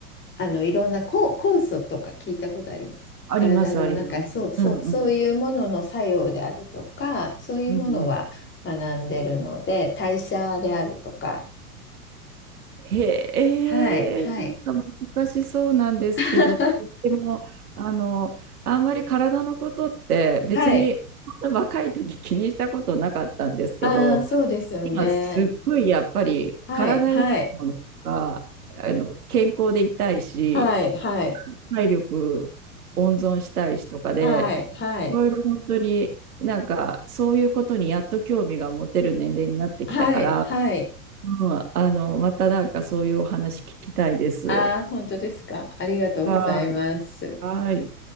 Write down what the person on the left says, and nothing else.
あの、いろんな酵酵素とか聞いたことあります。
体の中、
そう、そう、
そういうものの作用であるとか、そういうものは学んでるので、
代謝であるとか、
はい、はい。
<laughs>
はい。ああ、そうですよね。
はい、はい、
はい、はい、
はい、はい。
はい、はい。
ああ、本当ですか。ありがとうございます。